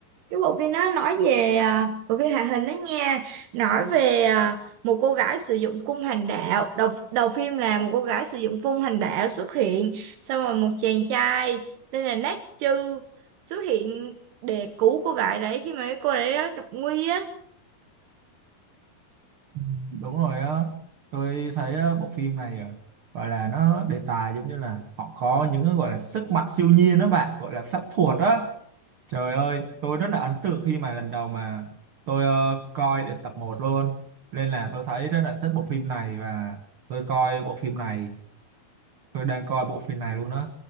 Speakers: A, on the right; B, on the right.
A: cái bộ phim đó nói về à, bộ phim hoạt hình đó nha, nói về à, một cô gái sử dụng cung hành đạo. Đầu đầu phim là một cô gái sử dụng cung hành đạo xuất hiện, xong rồi một chàng trai tên là Nát Chư xuất hiện để cứu cô gái đấy khi mà cái cô đấy đó gặp nguy á
B: Ừm, đúng rồi á, tôi thấy ờ, bộ phim này ờ, gọi là nó đề tài giống như là họ có những cái gọi là sức mạnh siêu nhiên đó bạn, gọi là phép thuật á Trời ơi, tôi rất là ấn tượng khi mà lần đầu mà tôi ờ, coi được tập một luôn. Nên là tôi thấy rất là thích bộ phim này và tôi coi bộ phim này, tôi đang coi bộ phim này luôn á.